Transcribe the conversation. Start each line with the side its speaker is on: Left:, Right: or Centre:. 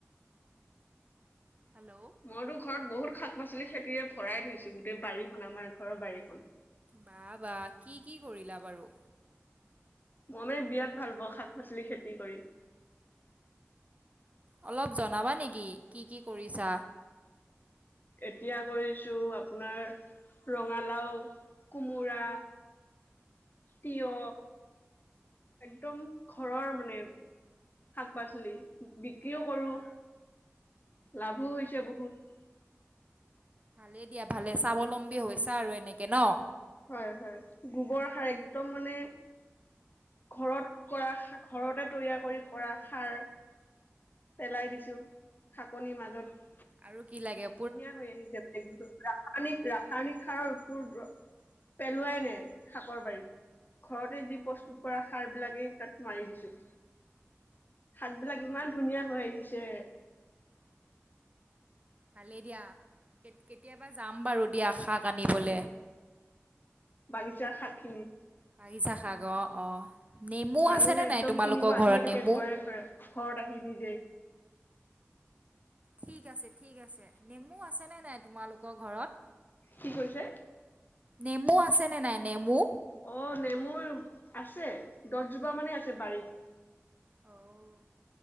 Right: হেল্ল'।
Left: মইতো ঘৰত বহুত শাক- পাচলি খেতিৰে ভৰাই থৈছো। গোটেই বাৰীখন আমাৰ ঘৰৰ বাৰীখন।
Right: বাঃ বাঃ, কি কি কৰিলা বাৰু?
Left: মই মানে বিৰাট ভাল পাওঁ, শাক- পাচলি খেতি কৰি।
Right: অলপ জনাবা নেকি কি কি কৰিছা?
Left: এতিয়া কৰিছোঁ, আপোনাৰ ৰঙালাও, কোমোৰা, তিয়হ, একদম ঘৰৰ মানে। শাক পাচলি বিক্ৰীও কৰোঁ লাভো হৈছে বহুত।
Right: ভালেই দিয়া ভালে স্বাৱলম্বী হৈছা আৰু এনেকে নহ।
Left: হয়, হয় গোবৰ সাৰ একদম মানে। ঘৰত কৰা সা ঘৰতে তৈয়াৰ কৰি কৰা সাৰ। পেলাই দিছোঁ শাকনিৰ মাজত।
Right: আৰু কি লাগে।
Left: ধুনীয়া হৈ আহিছে একদম পুৰা ৰাসায়নিক, ৰাসায়নিক সাৰৰ উপদ্যব পেলোৱাই নাই শাকৰ বাৰীত। ঘৰতে যি প্ৰস্তুত কৰা সাৰ বিলাকেই তাত মাৰি দিছোঁ। শাকবিলাক ইমান ধুনীয়া হৈ আহিছে।
Right: ভালে দিয়া কেতিয়াবা যাম বাৰু দিয়া শাক আনিবলে।
Left: বাগিচাৰ শাকখিনি।
Right: বাগিচা শাক অ', অ' নেমু
Left: মানুহে
Right: আছেনে
Left: একদম
Right: নাই তোমালোকৰ
Left: কিনিব আহিয়ে
Right: ঘৰত
Left: থাকে
Right: নেমু?
Left: ঘৰে ঘৰে ঘৰত আহি নিজেই।
Right: ঠিক আছে ঠিক আছে নেমু আছেনে নাই তোমালোকৰ ঘৰত?
Left: কি কৈছে?
Right: নেমু আছেনে নাই নেমু?
Left: অ' নেমুৰ আছে দহজোপা মানেই আছে বাৰীত।
Right: অ'